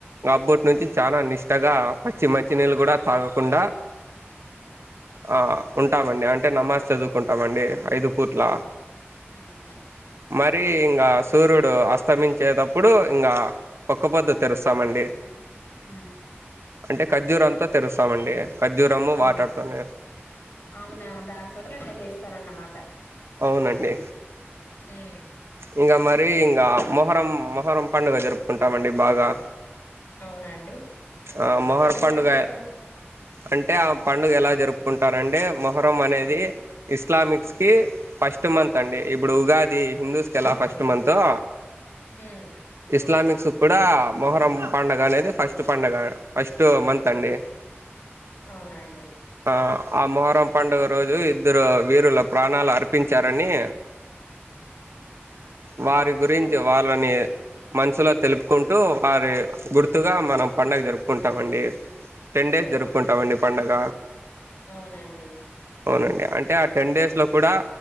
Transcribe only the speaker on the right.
అబ్బటినుంచి చాలా నిష్టగా పచ్చి మంచినీళ్ళు కూడా తాగకుండా ఆ ఉంటామండి అంటే నమాజ్ చదుకుంటామండి ఐదు పూట్ల
మరీ ఇంగా సూరూడు అస్తమించే తప్ ప్పుడు ఇంగా ఒక్క పొద్దు తెరుస్తామండి
అంటే ఖర్జురంతో తెరుస్తామండి ఖర్జురము
వాటర్తోనే
అవునండి
ఇంగా మరీ ఇంగా మొహరం మొహరం పండుగ జరుపుకుంటామండి బాగా
ఆ మొహర్
పండుగయ
అంటే ఆ పండుగ ఎలా జరుపుకుంటారండి మొహరం అనేది ఇస్లామిక్స్ కి ఫస్ట్ మంత్ అండి ఇప్పుడు ఉగాది హిందూస్ కెలా ఫస్ట్ మంతో
ఇస్లామిక్స్ కూడా మొహరం పండగనేది ఫస్ట్ పండగ ఫస్ట్ మంత్ అండి
ఆ ఆ మొహరం పండుగ రోజు ఇద్దరు వీరుల ప్రాణాలర్ప్ పించారని వారి గురించి
వార్ తోని మనసులో తెలుపుకుంటూ వారి గుర్తుగా మనం పండగ్ జరుపుకుంటామండి టెన్ డేస్
జరుపుకుంటామండి
పండగ
అవునండి అంటే ఆ టెన్ డేస్ లో కూడా